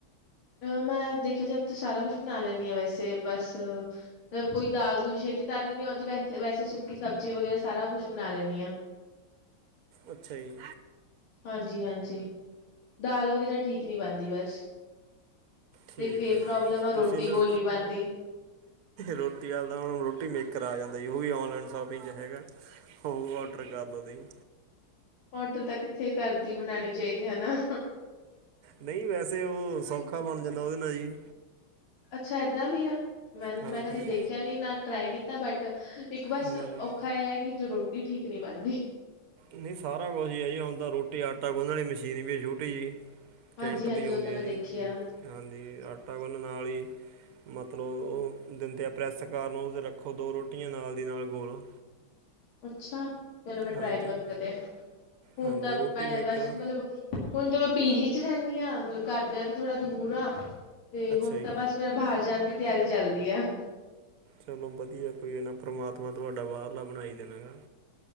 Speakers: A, on the left (about 75°); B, on the right (about 55°).
A: ਅ ਮੈਂ ਦੇਖਿਆ ਜਾਏ ਤਾਂ ਸਾਰਾ ਕੁਛ ਬਣਾ ਲੈਦੀ ਹਾਂ ਵੈਸੇ ਬਸ। ਮਤਲਬ ਕੋਈ ਦਾਲ ਦੂਲ ਛੇਤੀ ਧਰ ਲੈਂਦੀ ਆਉਂਦੀ ਵੈਸ ਵੈਸੇ ਸੁੱਕੀ ਸਬਜ਼ੀ ਵਗੈਰਾ ਸਾਰਾ ਕੁਛ ਬਣਾ ਲੈਂਦੀ ਆ।
B: ਅੱਛਾ ਜੀ।
A: ਹਾਂਜੀ, ਹਾਂਜੀ ਦਾਲ ਵਗੈਰਾ ਠੀਕ ਨਹੀਂ ਬਣਦੀ ਬਸ।
B: ਠੀਕ
A: ਤੇ ਇਕ ਇਹ
B: ਹੈ ਜੀ
A: ਪ੍ਰੋਬਲਮ ਆ ਰੋਟੀ
B: ਤੁਸੀਂ ਨਾ
A: ਗੋਲੀ ਨਹੀਂ ਬਣਦੀ।
B: ਰੋਟੀ ਵਲ ਦਾ ਹੁਣ ਰੋਟੀ ਮੇਕਰ ਆ ਜਾਂਦਾ ਉਹ ਹੀ ਔਨਲਾਈਨ ਸ਼ੋਪਿੰਗ ਵਿੱਚ ਹੈਗਾ। ਹੋ ਔਡਰ ਕਰ ਲਉ ਤੁਸੀਂ।
A: ਔਡਰ ਤਾਂ ਕਿੱਥੇ ਘਰ ਦੀ ਬਣਾਉਣੀ ਚਾਹੀਦੀ ਹੈ ਨਾ।
B: ਨਹੀਂ ਵੈਸੇ ਉਹ ਸੌਖਾ ਬਣ ਜਾਂਦਾ ਉਹਦੇ ਨਾਲ ਜੀ।
A: ਅੱਛਾ ਏਦਾਂ ਵੀ ਆ ਮੈਂ
B: ਹਾਂਜੀ
A: ਮੈਂ ਕਦੇ ਦੇਖਿਆ ਨੀ ਨਾ ਟਰਾਈ ਕੀਤਾ ਬਟ। ਇੱਕ ਬਸ
B: ਨਹੀਂ ਨਹੀਂ
A: ਔਖਾ ਇਹ ਆ ਕਿ ਜੋ ਰੋਟੀ ਠੀਕ ਨਹੀਂ ਬਣਦੀ।
B: ਨਹੀਂ ਸਾਰਾ ਕੁਛ ਇ ਆ ਜੀ ਰੋਟੀ ਆਟਾ ਗੁੰਨਣ ਵਾਲੀ ਮਸ਼ੀਨ ਵੀ ਹੈ ਛੋਟੀ ਜਿਹੀ। ਕੈਂਟ
A: ਹਾਂਜੀ ਹਾਂਜੀ
B: ਦੀ ਆਉਂਦੀ
A: ਉਹ ਤਾਂ ਮੈਂ
B: ਹੈ ਜੀ
A: ਦੇਖਿਆ
B: ਹਾਂਜੀ ਆਟਾ ਗੁੰਨ ਨਾਲ ਹੀ। ਮਤਲਬ ਉਹ ਦਿੰਦੇ ਆ ਪ੍ਰੈੱਸ ਕਰਨ ਉਹ ਰੱਖੋ ਦੋ ਰੋਟੀਆਂ ਨਾਲ ਦੀ ਨਾਲ ਗੋਲ।
A: ਅੱਛਾ, ਪਹਲੇ ਮੈਂ ਟਰਾਈ
B: ਹਾਂਜੀ
A: ਕਰੂੰ ਕਦੇ ਹੁਣ
B: ਹਾਂਜੀ
A: ਤਾਂ
B: ਰੋਟੀ
A: ਮੈਂ
B: ਮੇਕਰ
A: ਬਸ ਮਤਲਬ। ਹੁਣ ਤਾਂ ਮੈਂ ਪੀ ਜੀ ਚ ਰਹਿੰਦੀ ਹਾਂ। ਮਤਲਬ ਘਰ ਦਿਆਂ ਤੇ ਥੋੜਾ ਦੂਰ ਆ ਤੇ
B: ਅੱਛਾ
A: ਹੁਣ
B: ਜੀ
A: ਤਾਂ ਬਸ। ਮੇਰਾ ਬਾਹਰ ਜਾਣ ਦੀ ਤਿਆਰੀ ਚੱਲਦੀ ਆ।
B: ਚਲੋ ਵਧੀਆ ਕੋਈ ਹੈ ਨਾ ਪਰਮਾਤਮਾ ਤੁਹਾਡਾ ਬਾਹਰਲਾ ਬਣਾਈ ਦੇਣਾ ਹੈਗਾ।